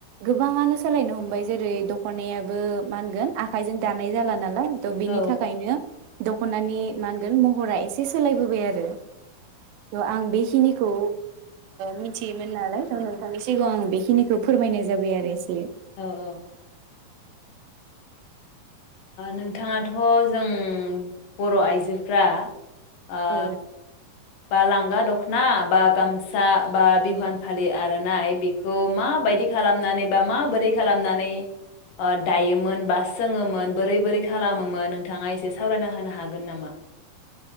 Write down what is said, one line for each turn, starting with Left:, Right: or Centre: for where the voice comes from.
Right: गोबाङानो सालायनो हमबाय जेरै दखनायाबो मा होनगोन आखाइजों दानाय जाला नालाय थ' बिनि
Left: औ
Right: थाखायनो दखनानि मा होनगोन महरा एसे सोलायबोबाय आरो <inaudible> ओ आं बेस खिनिखौ मिथियोमोन नालाय थ नोंथांनि सिगाङाव आं बेखिनिखौ फोरमायनाय जाबाय आरो
Left: औ औ नोंथाङाथ जों बर आइजोफ्रा ओ
Right: अ
Left: बा लांगा दखना बा गामसा बा बिहवान फालि आरनाइ बेखौ माबायदि खालामनानै बा माबोरै खालामनानै दायोमोन बा सोङोमोन बोरै बोरै खालामोमोन नोंथाङा एसे सावरायना होनो हागोन नामा